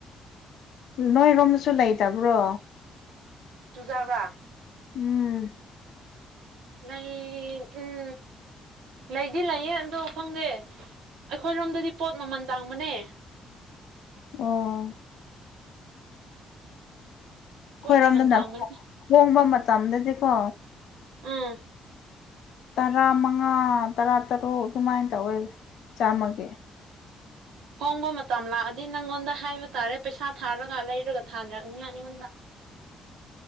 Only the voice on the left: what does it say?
ꯅꯣꯏꯔꯣꯝꯗꯁꯨ ꯂꯩꯇꯕ꯭ꯔꯣ
ꯎꯝ
ꯑꯣ
ꯈꯣꯏꯔꯣꯝꯗꯅ
ꯍꯣꯡꯕ ꯃꯇꯝꯗꯗꯤꯀꯣ
ꯇꯔꯥ ꯃꯉꯥ ꯇꯔꯥ ꯇꯔꯨꯛ ꯑꯗꯨꯃꯥꯏꯅ ꯇꯧꯋꯦ ꯆꯥꯝꯃꯒꯤ